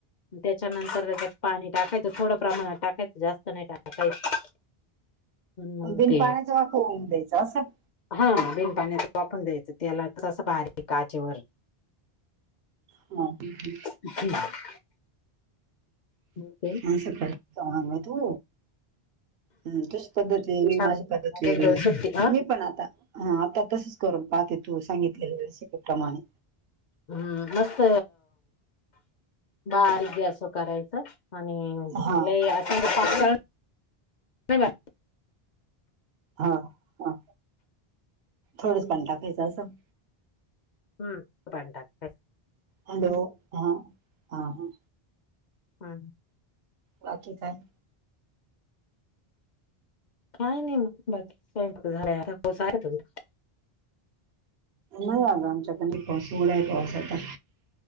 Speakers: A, on the left; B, on the right.
A: त्याच्यानंतर त्याच्यात पाणी टाकायचं थोडं प्रमाणात टाकायचं जास्त नाही टाकायचं. मग
B: बिन
A: ते
B: पाण्याचा वा खऊन द्यायचा अस असं.
A: हा बिन पाण्या वापरून द्यायचं त्याला तसं भारी काचेवर
B: ह हम् हम्.
A: <unintelligible> हो ते
B: ंग तू हम् तुझ पद्धत वेगळी
A: छान
B: माझी पद्धत वेगळी
A: एक दोन सुट्टी अ
B: मी पण आता हा आता तसच करून पाहते तू सांगितलेलंप्रमाणे
A: हम्म मस्त ना आरोग्य असं करायचं आणि
B: हा.
A: लय असं पातळ नाही बा
B: हा हा थोडच पण टाकायचं असं
A: हम् पाणी टाकायचं
B: हॅलो ह हा हा
A: हम्
B: बाकी काय
A: काय नाही मग बाकी स्वयंू झा आ हो सार तुम
B: नाही आलं आमच्याक पाऊस उघड आहे पाऊस आता